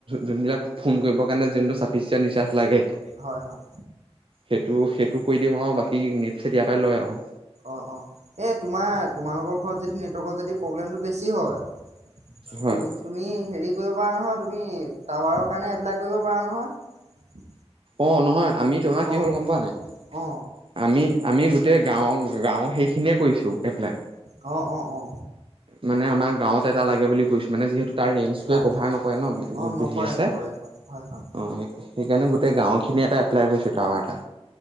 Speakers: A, on the right; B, on the right.
A: যোনবিলাক ফোন কৰিবৰ কাৰণে যোনটো চাফিচেঞ্ ৰিচাৰ্জ লাগে
B: হয় হয়
A: সেইটো সেইটো কৰি দিওঁ আৰু বাকী নেট ফিত ইয়াতে লয় আৰু
B: অ অ এই তোমাৰ তোমালোকৰ ঘৰত যদি নেটৱৰ্কৰ যদি প্ৰব্লেমটো বেছি হয়
A: হয়
B: তুমি তুমি হেৰি কৰিবাৰ নহয় তুমি টাৱাৰৰ কাৰণে এপ্লাই কৰিব পাৰা নহয়
A: অ নহয় আমি তোমাৰ কি
B: অ
A: হ'ল গম পোৱা নাই
B: অ
A: আমি আমি গোটেই গাঁৱৰ গাঁৱৰ সেইখিনিয়ে কইছোঁ এপ্লাই
B: অ অ অ
A: মানে আমাৰ গাঁৱত এটা লাগে বুলি কৈছো মানে যিহেতু তাৰ ৰেঞ্জ টোৱে
B: লাগে
A: কভাৰ
B: লাগে
A: নকৰে ন
B: অ
A: যোনটো
B: নকৰে
A: হেই আছে
B: নকৰে হয় হয় হয়
A: অ সেইকাৰণে গোটেই গাঁও খিনি এটা এপ্লাই কৰিছো টাৱাৰ এটা